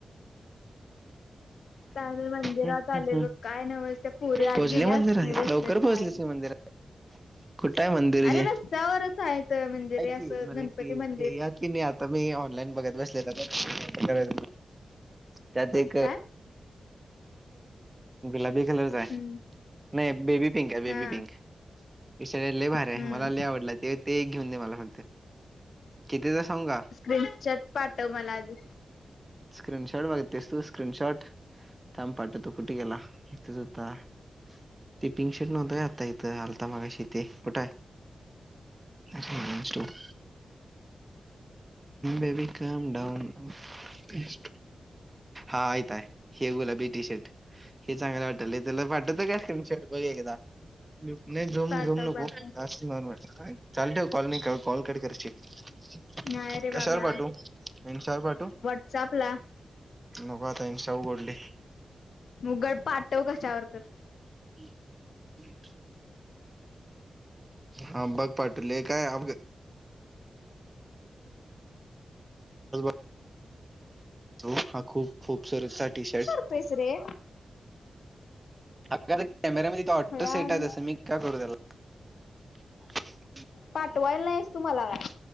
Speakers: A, on the left; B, on the right.
A: आम्ही मंदिरात
B: हम्म
A: आले
B: हम्म हम्म,
A: बघ काय नव्हच त्या पोरी आत
B: पोहचली
A: गेल्यात
B: मंदिरात,
A: मी बसले
B: लवकर
A: बाहेर
B: पोहोचलीच की मंदिरात. <inaudible> कुठंआय मंदिर
A: अरे
B: जे, हाय
A: रस्त्यावरच आहे तर म्हणजे रे
B: कि,
A: असं
B: तुम्ही
A: गणपती मंदिर
B: याकी. की नाही आता मी ऑनलाईन बघत बसलेलो गं, त्यात एक
A: काय.?
B: गुलाबी कलरचा आहे,
A: हम्म
B: नाही बेबी पिंक आहे बेबी
A: हा
B: पिंक. विषय लय भारी आहे,
A: हम्म
B: मला लय आवडला ते. ते एक घेऊन दे मला फक्त, कितीचा हाय सांगू का,?
A: स्क्रीनशॉट पाठव मला आधी.
B: स्क्रीन शॉट मागतेस तू स्क्रीन शॉट. थांब पाठवतो, कुठे गेला, इथं हूता. ते पिंक शर्ट नव्हतंय आता इथं, आत्ता मागाशी इथं, कुठाय? अचो. <unintelligible> Baby calm down. <unintelligible> हा इथं हाय, हे गुलाबी टी शर्ट. हे चांगलं वाटलंय तूला पाठवतो काय, स्क्रीन शॉट बघ एकदा, नाही झूम
A: पाठव
B: झूम नको
A: पाठव
B: चालू ठेव कॉल, कॉल कट करचील
A: नाही रे बाबा
B: कशावर पाठवू, इंस्टावर पाठवू.
A: व्हॉट्सअपला
B: नको आता इंस्टा उघडलोय.
A: मगर पाठव कशावर तर.
B: हम्म हम्म. हा बघ पाठवलय काय. <unintelligible> <unintelligible> को हा खूप खूपसुरत चा टी शर्ट. <unintelligible>
A: पैसे रे.
B: अ कॅमेरा मध्येथ ऑटो
A: खुळ्यावानी
B: सेट आहे तसं मी काय करू त्याला. <unintelligible>
A: पाठवायला नाहीस तू मला काय.